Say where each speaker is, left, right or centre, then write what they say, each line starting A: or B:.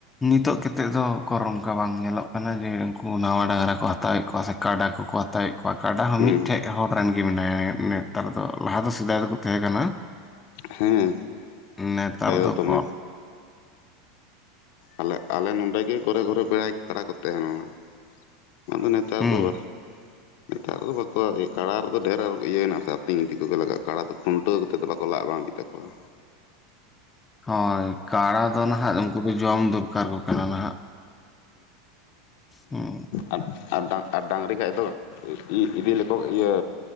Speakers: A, on the left; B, on the left.
A: ᱱᱤᱛᱚᱜ ᱠᱟᱛᱮᱫ ᱫᱚ ᱩᱠᱩᱨ ᱚᱱᱠᱟ ᱵᱟᱝ ᱧᱮᱞᱚᱜ ᱠᱟᱱᱟ ᱡᱮ ᱩᱱᱠᱩ ᱱᱟᱣᱟ ᱰᱟᱝᱨᱟ ᱠᱚ ᱦᱟᱛᱟᱣᱮᱫ ᱠᱚᱣᱟ ᱥᱮ ᱠᱟᱰᱟ ᱠᱚᱠᱚ ᱦᱟ- ᱛᱟᱣ ᱮᱫ ᱠᱚᱣᱟ ᱠᱟᱰᱟ ᱦᱚᱸ
B: ᱦᱩᱸ
A: ᱢᱤᱫᱴᱷᱮᱡ ᱦᱚᱲ ᱨᱮᱱ ᱜᱮ ᱢᱮᱱᱟᱭᱟ ᱱᱮᱛᱟᱨ ᱫᱚ ᱞᱟᱦᱟ ᱫᱚ ᱥᱮᱫᱟᱭ ᱫᱚᱠᱚ ᱛᱟᱦᱮᱸ ᱠᱟᱱᱟ᱾
B: ᱦᱮᱸ
A: ᱱᱮᱛᱟᱨ
B: ᱯᱟᱭᱨᱟᱜ
A: ᱫᱚ
B: ᱫᱚᱢᱮ
A: ᱠᱚ
B: ᱟᱞᱮ ᱟᱞᱮ ᱱᱚᱰᱮ ᱜᱮ ᱜᱷᱚᱨᱮ ᱜᱷᱚᱨᱮ ᱵᱮᱲᱟᱭ ᱠᱟᱰᱟ ᱠᱚ ᱛᱟᱦᱮᱸ ᱞᱮᱱᱟ᱾ ᱟᱫᱚ ᱱᱮᱛᱟᱨ
A: ᱦᱩᱸ
B: ᱫᱚ ᱵᱟᱝ᱾ ᱱᱮᱛᱟᱨ ᱫᱚ ᱵᱟᱠᱚ ᱟᱫᱮᱜ-ᱟ, ᱠᱟᱲᱟ ᱨᱮᱫᱚ ᱰᱷᱮᱨ ᱤᱭᱟᱹᱭᱮᱱᱟ ᱥᱮ ᱟᱯᱤᱧ ᱤᱫᱤ ᱠᱚᱜᱮ ᱞᱟᱜᱟᱜ-ᱟ᱾ ᱠᱟᱰᱟ ᱫᱚ ᱠᱷᱩᱱ- ᱴᱟᱹᱣ ᱠᱟᱛᱮᱫ ᱫᱚ ᱵᱟᱠᱚ ᱞᱟᱜ ᱵᱟᱝ ᱵᱤᱜ ᱛᱟᱠᱚᱣᱟ᱾
A: ᱦᱳᱭ ᱠᱟᱲᱟ ᱫᱚ ᱱᱟᱦᱟᱜ ᱩᱱᱠᱩ ᱫᱚ ᱡᱚᱢ ᱫᱚᱨᱠᱟᱨ ᱠᱚ ᱠᱟᱱᱟ ᱱᱟᱦᱟᱜ᱾ ᱦᱚᱸ
B: ᱟᱨ ᱟᱨ ᱰᱟᱝᱨᱤ ᱠᱷᱟᱡ ᱫᱚ ᱤᱫᱤ ᱞᱮᱠᱚ ᱤᱭᱟᱹ᱾